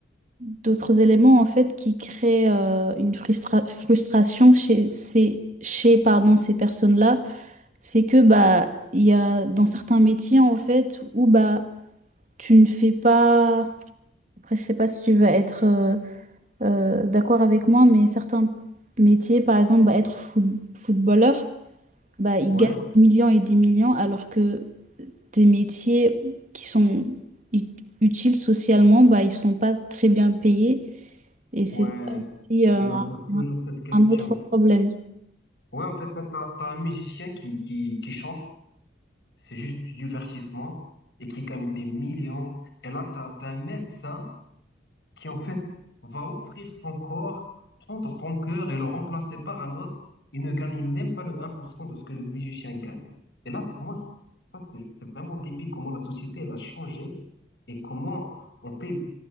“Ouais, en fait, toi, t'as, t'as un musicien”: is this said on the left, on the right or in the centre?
Left